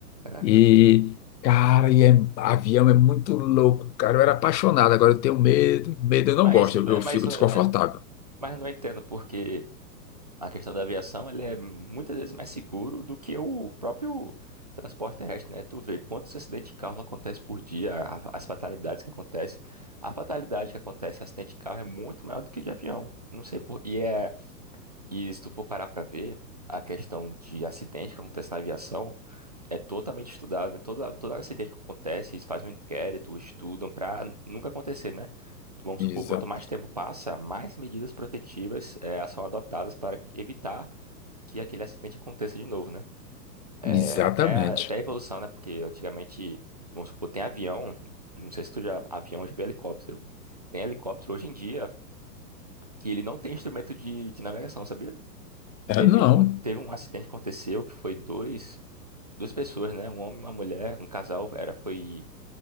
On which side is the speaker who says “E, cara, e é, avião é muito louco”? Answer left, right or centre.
Left